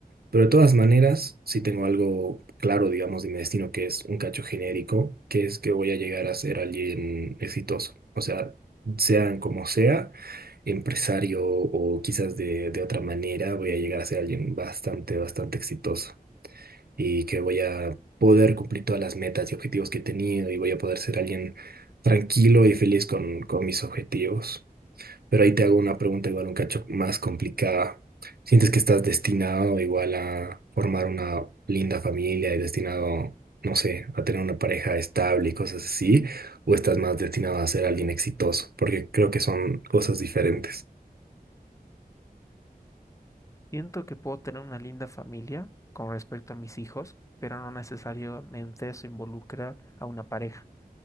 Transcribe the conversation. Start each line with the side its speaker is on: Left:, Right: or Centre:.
Right: Pero de todas maneras, sí tengo algo claro, digamos, de mi destino, que es un cacho genérico, que es que voy a llegar a ser alguien exitoso. O sea, sean como sea, empresario o quizás de, de otra manera, voy a llegar a ser alguien bastante, bastante exitoso y que voy a poder cumplir todas las metas y objetivos que he tenido y voy a poder ser alguien tranquilo y feliz con, con mis objetivos. Pero ahí te hago una pregunta igual un cacho más complicada. ¿Sientes que estás destinado igual a formar una linda familia y destinado, no sé, a tener una pareja estable y cosas así? ¿O estás más destinado a ser alguien exitoso? Porque creo que son cosas diferentes.
Left: Siento que puedo tener una linda familia con respecto a mis hijos, pero no necesariamente eso involucra a una pareja.